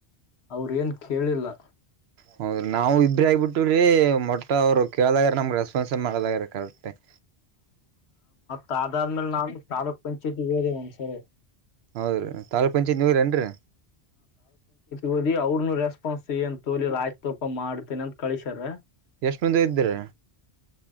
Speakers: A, on the left (about 75°); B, on the right (about 70°).
A: ಅವ್ರೇನ್ ಕೇಳಿಲ್ಲಾ.
B: ಹೌದ್ರಿ ನಾವು ಇಬ್ಬ್ರೆ ಆಗ್ಬಿಟ್ಟುರಿ ಮತ್ತ್ ಅವ್ರ. ಕೇಳದಾಗ್ರ ನಮ್ಗ್ ರೆಸ್ಪಾನ್ಸೆ ಮಾಡಲಾಗ ರಿ ಕರೆಕ್ಟಾಗ್.
A: ತಾದ್ ಆದಾದ್ಮೇಲೆ ನಾನು ತಾಲೂಕ್ ಪಂಚಾಯ್ತಿಗೊದೆ ಒಂದ್ಸರಿ.
B: ಹೌದ್ರೀ ತಾಲೂಕ್ ಪಂಚಾಯತ್ ನೀವಿರನ್ರಿ.
A: ಹೊದಿ ಅವ್ರನು ರೆಸ್ಪಾನ್ಸ್ ಏನ್ ತೋಲೀಲ್ ಆಯ್ತ ತೋಪ ಮಾಡ್ತೇನ ಅಂತ ಕಳಸ್ಯಾರ.
B: ಎಷ್ಟ್ ಮಂದಿ ಇದ್ದಿರ್.